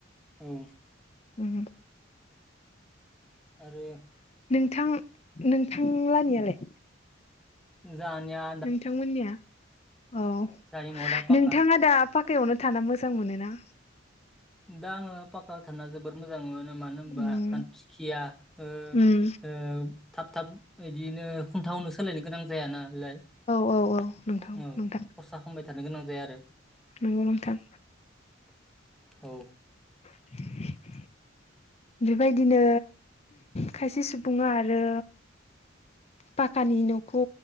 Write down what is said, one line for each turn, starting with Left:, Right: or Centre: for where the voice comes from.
Centre: औ
Left: <inaudible>
Centre: आरो
Left: नोंथां नोंथांलानियालाय
Centre: जानिया
Left: नोंथांमोननिया औ
Centre: जोंहानि न'आ दा
Left: नोंथाङा
Centre: पाक्का
Left: दा पाकायावनो थाना मोजां मोनोना
Centre: दां पाका जोबोर मोजां मोनो मानो होनबा
Left: उम
Centre: खानस्रि खिया ओ-ओ
Left: उम
Centre: थाब थाब बिदिनो खुन्था उनो सोलायनो गोनां जाया नालाय
Left: औ औ औ नोंथां
Centre: औ
Left: नोंथां
Centre: खरसा खालामबाय थानो गोनां जाया आरो
Left: नोंगौ नोंथां
Centre: औ
Left: <inaudible> बेबायदिनो खायसे सुबुङा आरो पाक्कानि न'खौ